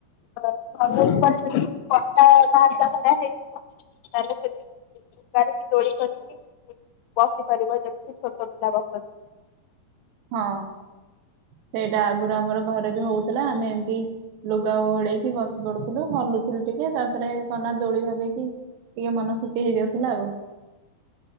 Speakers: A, on the left; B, on the right.
A: <unintelligible> ତାହେଲେ ଗାଡ଼ିକି ଦୋଳି କରିକି ବସି ପାରିବ ଯେମିିତିଛୋଟ ପିଲା ବସନ୍ତି।
B: ହଁ ସେଇଟା ଆଗରୁ ଆମର ଘରେ ବି ହଉଥିଲା ଆମେ ଏମତି ଲୁଗା ଓହଳେଇକି ବସି ପଡୁଥିଲୁ ହଲୁଥିଲୁ ଟିକେ ତାପରେ କନା ଦୋଳି ଭାବିକି ଟିକେ ମନ ଖୁସି ହେଇଯାଉଥିଲା ଆଉ।